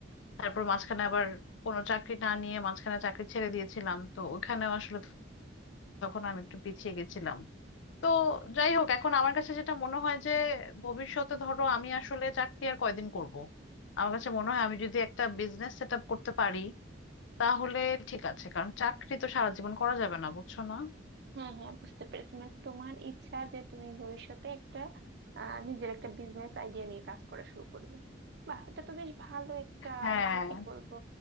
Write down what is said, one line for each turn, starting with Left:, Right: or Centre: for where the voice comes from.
Left: তারপর মাঝখানে আবার কোনো চাকরি না নিয়ে মাঝখানে চাকরি ছেড়ে দিয়েছিলাম তো ওখানেও আসলে তখন আমি একটু পিছিয়ে গেছিলাম তো যাই হোক এখন আমার কাছে যেটা মনে হয় যে ভবিষ্যতে ধরো আমি আসলে চাকরি আর কয়দিন করব আমার কাছে মনে হয় আমি যদি একটা বিজনেস সেট আপ করতে পারি তাহলে
Right: আচ্ছা
Left: ঠিক আছে কারণ চাকরি তো সারা জীবন করা যাবে না বুঝছো না
Right: হ্যাঁ হ্যাঁ বুঝতে পেরেছি মানে তোমার ইচ্ছা যে তুমি ভবিষ্যতে একটা আহ, নিজের একটা বিজনেস আইডিয়া নিয়ে কাজ করা শুরু করবে বাহ এটা তো বেশ ভালো একটা
Left: হ্যাঁ
Right: মানে কি বলবো